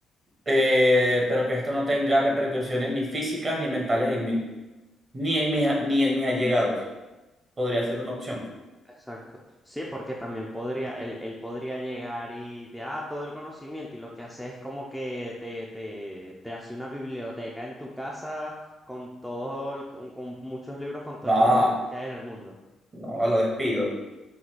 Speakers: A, on the right (about 40°); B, in the centre.
A: eh, pero que esto no tenga repercusiones ni físicas ni mentales en mí, ni en mis, ni en mis allegados. Podría ser una opción.
B: Exacto. Sí, porque también podría, él, él podría llegar y de ah, todo el conocimiento, y lo que hace es como que te, te, te hace una biblioteca en tu casa con todo el- con, con muchos libros, con todo
A: No,
B: el conocimiento que hay en el mundo.
A: no, lo despido.